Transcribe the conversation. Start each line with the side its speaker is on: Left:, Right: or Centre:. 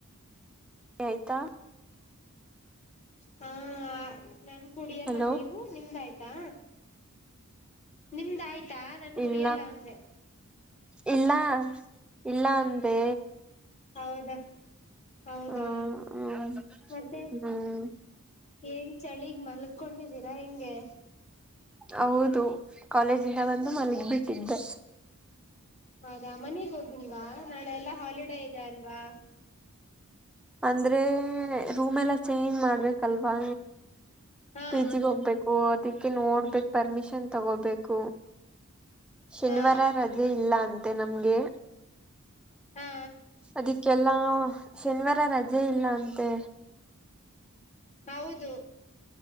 Centre: ಆಯ್ತಾ
Left: ಹಾ ನನ್ ಕುಡಿಯಲ್ಲ
Centre: ಹಲೋ
Left: ನೀವು ನಿಮ್ದ ಆಯ್ತು. ನಿಮ್ದ ಆಯ್ತು. ತ್ತಾ ನನ್
Centre: ಇಲ್ಲ
Left: ಕುಡಿಯಲ್ಲ ಅಂದೆ.
Centre: ಇಲ್ಲ ಇಲ್ಲ ಅಂದೆ.
Left: ಹೌದಾ ಹೌದಾ
Centre: ಹ್ಮ್ ಹ್ಮ್
Left: ಮತ್ತೆ
Centre: ಹ್ಮ್
Left: ಏನ್ ಚಳಿಗ್ ಮಲ್ಕೊಂಡಿದ್ದೀರಾ ಹೆಂಗೆ?
Centre: ಹೌದು ಕಾಲೇಜಿಂದ ಬಂದು ಮಲಗ್ ಬಿಟ್ಟಿದ್ದೆ.
Left: ಹೌದಾ ಮನೆಗ್ ಹೋಗಿಲ್ವಾ ನಾಳೆ ಎಲ್ಲಾ ಹಾಲಿಡೇ ಇದೆ ಅಲ್ವಾ.
Centre: ಅಂದ್ರೆ ರೂಮ್ ಎಲ್ಲ ಚೇಂಜ್ ಮಾಡ್ಬೇಕಲ್ವಾ.
Left: ಹಾ
Centre: ಪಿ ಜಿಗ್ ಹೋಗ್ಬೇಕು ಅದಕ್ಕೆ ನೋಡ್ಬೇಕ ಪರ್ಮಿಷನ್ ತಗೋಬೇಕು. ಶನಿವಾರ
Left: ಹಾ
Centre: ರಜೆ ಇಲ್ಲ ಅಂತೆ ನಮ್ಗೆ.
Left: ಹಾ
Centre: ಅದಿಕ್ಕೆಲ್ಲಾ ಶನಿವಾರ ರಜೆ ಇಲ್ಲ ಅಂತೆ.
Left: ಹೌದು.